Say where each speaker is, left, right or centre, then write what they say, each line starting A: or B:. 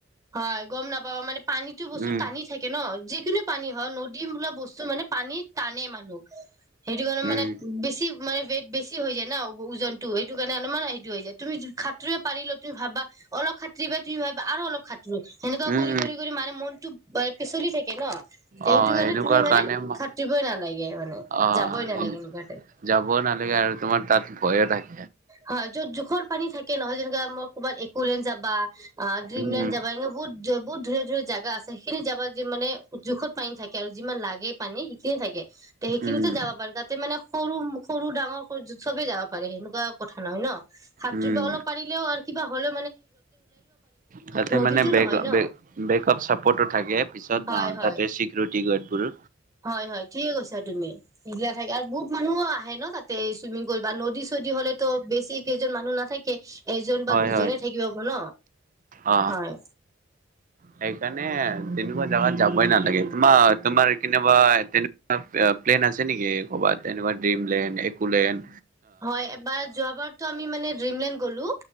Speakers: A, on the right (about 20°); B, on the right (about 45°).
A: হয় গম নাপাবা মানে পানীতো বস্তুত
B: উম
A: টানি থাকে ন যিকোনো পানী হয়ক নদী দিম বোলা বস্তু মানে পানী টানে মানুহক সেইটো
B: উম
A: মানে বেছি মানে ৱেইট বেছি হৈ যায় ন ওজনতটো সেইটো কাৰণে অলপমান হেৰিটো হৈ যায় তুমি সাঁতুৰিব পাৰিলা তুমি ভাববা অলপ খাঁতৰি বাত'ৰি হয় বা আৰু অলপ খাতৰি সেনেকুৱা
B: উম
A: কৰি কৰি কৰি মানে মনতটো পিচলি থাকে কে ন সেইটো
B: আহ
A: কাৰণে
B: সেনেকুৱা
A: তুমি মানে
B: কাৰণে ম
A: খাতৰিবই নালাগে মানে
B: আহ
A: যাবই নালাগে এনেকুৱা টাইপ
B: যাবও নালাগে আৰু তোমাৰ তাত ভয়ও নাই
A: হয় য'ত জোখৰ পানী থাকে নহয় যেনেকা ম ক'ৰবাত একোলেন যাবা অ ড্ৰিমললেণ্ড
B: উম
A: যাবা এনে বহুত বহুত ধুনীয়া ধুনীয়া জাগা আছে সেইখিনি জাবা য যে মানে জোখত পানী থাকে আৰু যিমান খিনি থাকে তে সেইখিনিতে
B: উম
A: যাব পাৰে, তাতে মানে সৰু সৰু ডাঙৰ সবে যাব পাৰে সেনেকুৱা কথা নহয় ন। সাতুৰিব
B: উম
A: অলপ পাৰিলেও আৰু কিবা হলো।
B: তাতে
A: নদীতো
B: মানে বেক
A: নহয় ন
B: বেকপ চাপৰ্টো থাকে পিছত
A: হয়
B: আহ
A: হয়
B: তাতে চিকিউৰিটি গাৰ্ড বোৰ।
A: হয় হয় ঠিকে কৈছা তুমি সেগিলা ঠাইত আৰু বহুত মানুহো আহে ন তাতে চুইমিং কৰিবা নদী চদী হলেতো বেছি কেইজন মানুহ নথাকে। এজন
B: হয়
A: বা দুইজনেই
B: হয়
A: থাকিব গ ন
B: অ
A: হয়।
B: সেইকাৰণে তেনেকুৱা জাগাত যাবই নালাগে, তোমাৰ তোমাৰ কেনেবা তেনেুৱা প্লেন আছে নেকি ক'বাত তেনেকুৱা ড্ৰীমলেণ্ড, একলেণ্ড।
A: হয় এবাৰ যোৱ বাৰতো আমি মানে ডিমলেণ্ড গ'লো।